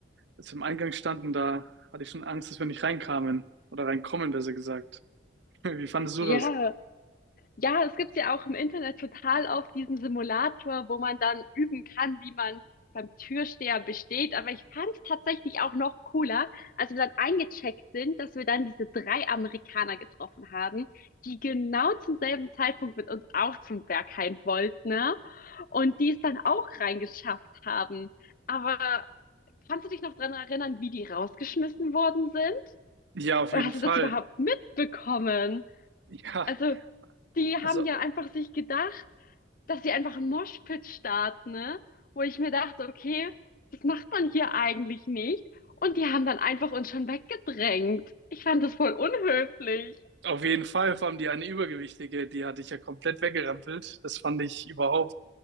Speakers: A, on the right; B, on the left.
A: als wir im Eingang standen, da hatte ich schon Angst, dass wir nicht reinkamen. Oder reinkommen, besser gesagt. <laughs> Wie fandest du
B: Ja.
A: das?
B: Ja, das gibt's ja auch im Internet total oft diesen Simulator, wo man dann üben kann, wie man beim Türsteher besteht. Aber ich fand's tatsächlich auch noch cooler, als wir dann eingecheckt sind, dass wir dann diese drei Amerikaner getroffen haben, die genau zum selben Zeitpunkt mit uns auch zum Berghain wollten, ne? Und die es dann auch reingeschafft haben. Aber kannst du dich noch dran erinnern, wie die rausgeschmissen worden sind?
A: Ja, auf
B: Oder
A: jeden
B: hast
A: Fall.
B: du das überhaupt mitbekommen?
A: Ja,
B: Also, die haben
A: also
B: ja einfach sich gedacht, dass sie einfach einen Moshpit starten, ne? Wo ich mir dachte, okay, das macht man hier eigentlich nicht. Und die haben dann einfach uns schon weggedrängt. Ich fand das voll unhöflich.
A: Auf jeden Fall, vor allem die eine Übergewichtige, die hatte ich ja komplett weggerempelt. Das fand ich überhaupt